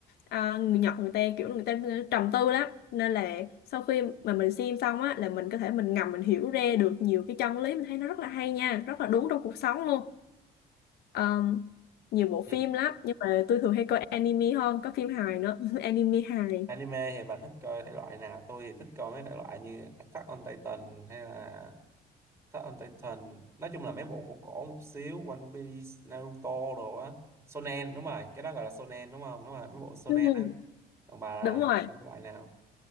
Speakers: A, on the left; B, on the right.
A: à, người Nhật người ta kiểu người ta ờ, trầm tư lắm nên là sau khi mà mình xem xong á là mình có thể mình ngầm mình hiểu ra được nhiều cái chân lý mình thấy nó rất là hay nha rất là đúng trong cuộc sống luôn Ờm, nhiều bộ phim
B: thì
A: lắm nhưng mà tôi thường hay coi anime hơn có phim hài nữa <laughs> anime hài
B: anime thì bà thích coi thể loại nào tôi thì thích coi mấy thể loại như Attack on Titan hay là Attack on Titan nói chung là mấy bộ cổ cổ một xíu One Piece Naruto đồ á Shonen đúng rồi cái đó gọi là Shonen đúng không đúng rồi mấy bộ Shonen
A: Ừ,
B: á còn bà là
A: đúng
B: hay
A: rồi
B: coi cái loại nào